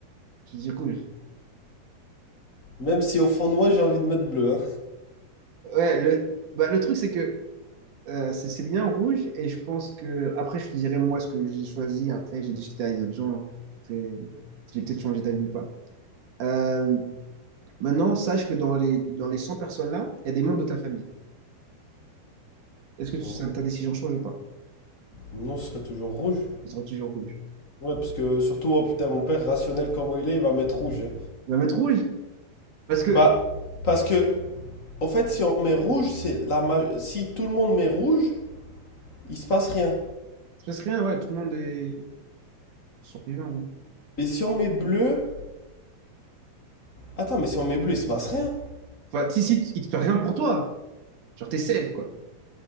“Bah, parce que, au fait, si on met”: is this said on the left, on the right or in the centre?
Left